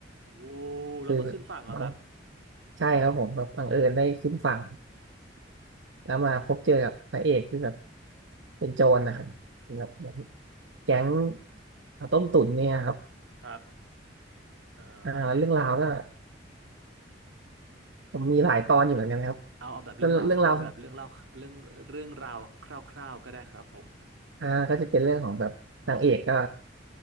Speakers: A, on the right (about 90°); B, on the right (about 75°).
A: โว้วแล้วมาขึ้นฝั่งเหรอครับ
B: คือบังใช่ครับผมแบบบังเอิญได้ขึ้นฝั่ง แล้วมาพบเจอกับพระเอกที่แบบ
A: อืม
B: เป็นโจรนะครับแบบเหมือนแก๊งต้มตุ๋นเนี่ยครับ
A: ครับเอ่
B: อ่าเรื่องราวก็
A: อ
B: ผมมีหลายตอนอยู่เหมือนกันนะครับ
A: เอาเอาแบบเรื่องราวเอาแบบเรื่องเล่าเรื่องเรื่องราวคร่าวๆก็ได้ครับผม
B: ส่วนเรื่องราวอ่าก็จะเป็นเรื่องของแบบนางเอกก็